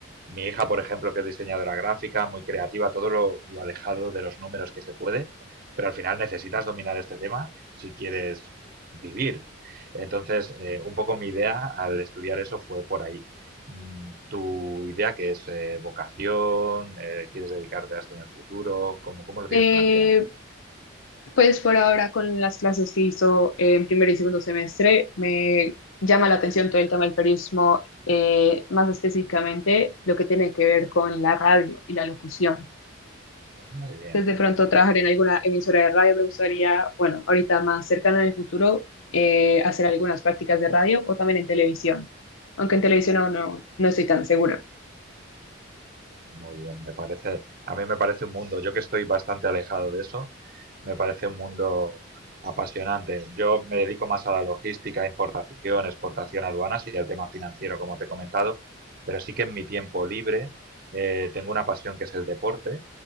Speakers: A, on the right (about 45°); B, on the left (about 80°).
A: mi hija, por ejemplo, que es diseñadora gráfica, muy creativa, todo lo, lo alejado de los números que se puede, pero al final necesitas dominar este tema si quieres vivir. Entonces, eh, un poco mi idea al estudiar eso fue por ahí mm, tu idea que es eh, vocación, eh, quieres dedicarte a esto en el futuro, ¿cómo, cómo lo tienes
B: Eh,
A: planteado?
B: pues por ahora con las clases que hizo en primer y segundo semestre, me llama la atención todo el tema del periodismo, eh, más específicamente lo que tiene que ver con la radio y la locución.
A: Muy bien,
B: desde pronto trabajar
A: me parece,
B: en alguna emisora de radio. Me gustaría, bueno, ahorita más cercano en el futuro, eh, hacer algunas prácticas de radio o también en televisión, aunque en televisión aún no, no estoy tan segura.
A: muy bien, me parece, a mí me parece un mundo, yo que estoy bastante alejado de eso, me parece un mundo apasionante. Yo me dedico más a la logística, importación, exportación, aduanas y al tema financiero, como te he comentado, pero sí que en mi tiempo libre eh, tengo una pasión que es el deporte,